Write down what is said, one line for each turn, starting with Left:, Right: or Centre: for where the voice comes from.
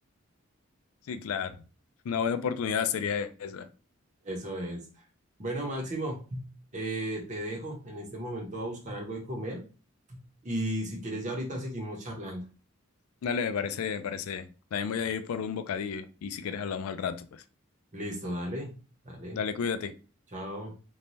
Left: Sí, claro. Una buena oportunidad sería esa.
Right: Eso es. Bueno, Máximo, eh, te dejo en este momento a buscar algo de comer. Y si quieres, ya ahorita seguimos charlando.
Left: Dale, me parece, me parece. También voy a ir por un bocadillo y si quieres hablamos al rato, pues.
Right: Listo, dale, dale,
Left: Dale, cuídate.
Right: chao.